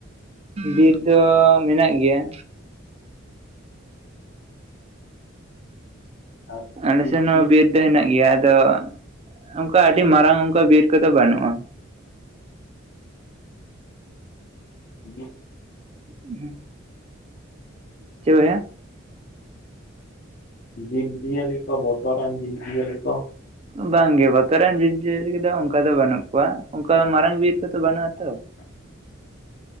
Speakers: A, on the right; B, on the left.
A: ᱵᱤᱨ ᱫᱚ ᱢᱮᱱᱟᱜ ᱜᱮᱭᱟ᱾
B: ᱟᱨ
A: ᱟᱞᱮ
B: ᱡᱤᱵᱽ
A: ᱥᱮᱱ
B: ᱡᱤᱭᱟᱹᱞᱤ
A: ᱦᱚᱸ ᱵᱤᱨ ᱛᱮ ᱦᱮᱱᱟᱜ ᱜᱮᱭᱟ ᱟᱫᱚ ᱚᱱᱠᱟ ᱟᱹᱰᱤ ᱢᱟᱨᱟᱝ ᱚᱱᱠᱟ ᱵᱤᱨ ᱠᱚᱫᱚ ᱵᱟᱹᱱᱩᱜᱼᱟ᱾
B: ᱡᱮ <unintelligible>
A: ᱩᱦᱩᱸ <unintelligible> ᱪᱮ <unintelligible>
B: ᱡᱤᱵᱽ ᱡᱤᱭᱟᱹᱞᱤ ᱠᱚ, ᱵᱚᱛᱚᱨᱟᱱ ᱡᱤᱵᱽ ᱡᱤᱭᱟᱹᱞᱤ ᱠᱚ
A: ᱵᱟᱝ ᱜᱮ ᱵᱚᱛᱚᱨᱟᱱ ᱡᱤᱵᱽ ᱡᱤᱭᱟᱹᱞᱤ ᱠᱚ ᱫᱚ, ᱚᱱᱠᱟ ᱫᱚ ᱵᱟᱹᱱᱩᱜ ᱠᱚᱣᱟ, ᱚᱱᱠᱟ ᱢᱟᱨᱟᱝ ᱵᱤᱨ ᱠᱚᱫᱚ ᱵᱟᱹᱱᱩᱜᱼᱟ ᱛᱚ᱾